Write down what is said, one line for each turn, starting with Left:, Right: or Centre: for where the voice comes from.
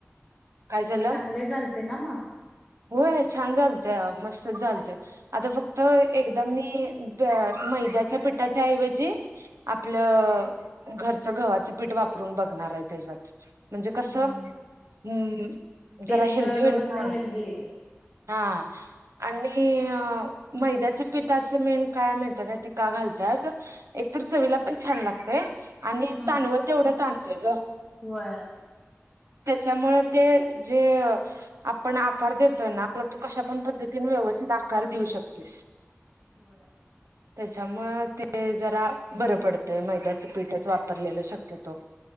Right: काय झालं
Centre: चांगले चालते ना मग
Right: होय छान चालतय मस्त चालतय आता फक्त एकदा मीहि द्याच्या पीठाच्या ऐवजी आपलं घरच गव्हाच पीठ वापरून बघणार आहे त म्हणजे कस
Centre: हम्म.
Right: हम्
Centre: टेस्टला
Right: जरा हेल्दी होईल
Centre: कसं
Right: ना
Centre: हेल्दी आहे.
Right: हा आणि ह मैद्याच्या पिठाचं मेन काय माहत त का घालतात एकतर चवीला पण छान लागतय आणि ता
Centre: हा
Right: णवल तेेवढं ताणतय ग
Centre: होय
Right: त्याच्यामुळे ते जे आपण आकार देतोय ना तू कशा पण पद्धतीने व्यवस्थित आकार देऊ शकते
Centre: होय
Right: त्याच्या मुळे ते जरा बरं पडते मैद्याचंपीठच वापरलेलं शक्यतो